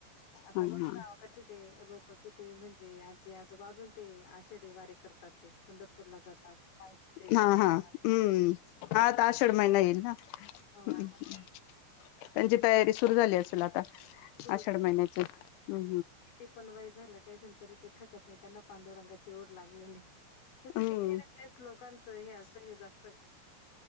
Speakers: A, on the left; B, on the left.
A: आता
B: हम्म हा
A: बघा
B: हा
A: गावाकडचे ते लोकं की ते म्हणजे आजी-आजोबा अजून ते आषाढी वारी करतात ते पंढरपूरला जातात. पायी दिंडी करतात
B: हां हां हम्म. हां आता आषाढ महिना येईल ना?
A: हो
B: हम्म हम्म. त्यांची तयारी सुरू झाली असेल आता.
A: <inaudible>
B: आषाढ महिन्याची हम्म
A: किती पण वय झालं काय झाल. तरी ते थकत नाही. त्यांना पांडुरंगाची ओढ लागलेली. तसे
B: हम्म
A: ते
B: हम्म
A: खेड्यातले लोक नच हे असत हे जास्त..